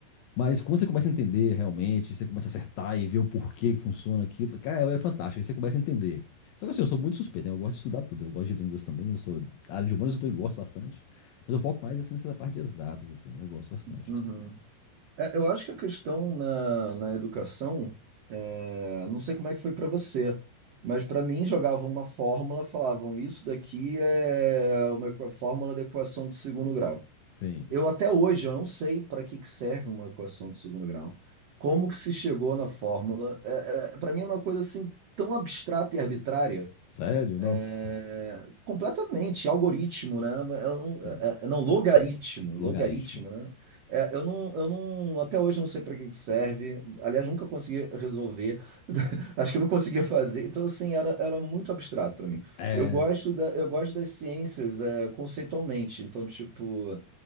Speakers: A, on the left; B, on the right.
A: Mas quando você começa a entender realmente, você começa a acertar e ver o porquê que funciona aquilo, cara, é fantástico, aí você começa a entender. Só que assim, eu sou muito suspeito, né? Eu gosto de estudar tudo, eu gosto de línguas também, eu sou da área de humanas, eu também gosto bastante. Mas eu foco mais assim nessa parte de exatas, assim, eu gosto bastante,
B: Uhum.
A: assim, também.
B: É, eu acho que a questão na, na educação, é, não sei como é que foi para você, mas para mim jogavam uma fórmula, falavam isso daqui é uma equa- fórmula da equação de segundo grau.
A: Sim.
B: Eu até hoje eu não sei para que que serve uma equação de segundo grau, como que se chegou na fórmula. É, para mim é uma coisa assim tão abstrata e arbitrária.
A: Sério? Nossa.
B: É, completamente, algoritmo, né? Eu não,
A: Sim.
B: é, é, é, não, logaritmo,
A: Logaritmo.
B: logaritmo, né? É, eu não, eu não, até hoje eu não sei para que que serve. Aliás, nunca consegui resolver. <laughs> Acho que eu não conseguia fazer. Então, assim, era, era muito abstrato para mim.
A: É,
B: Eu gosto da, eu gosto das ciências, é, conceitualmente. Então, tipo,